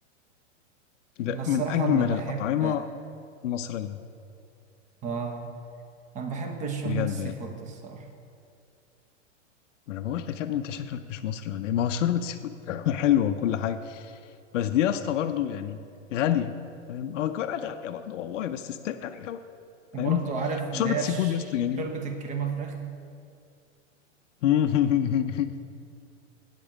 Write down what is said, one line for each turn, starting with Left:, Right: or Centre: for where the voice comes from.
Left: ده
Right: أنا الصراحة
Left: من اجمل
Right: اللي بحب
Left: الاطعمه المصريه
Right: آه أنا بحب شوربة
Left: بجد
Right: السي
Left: يعني
Right: فود الصراحة
Left: ما انا بقول لك يا ابني انت شكلك مش مصري ولا ايه ما هو شوربه سي فود <laughs> حلوه وكل حاجه بس دي يا اسطى برضه يعني غاليه فاهم هو الكوارع غاليه برضه والله بس استنى يعني فاهم
Right: وبرضو عارف
Left: شوربه
Right: اللي هي
Left: سي
Right: ش-
Left: فود يا اسطى جميل
Right: شوربة الكريمة فراخ
Left: <laughs>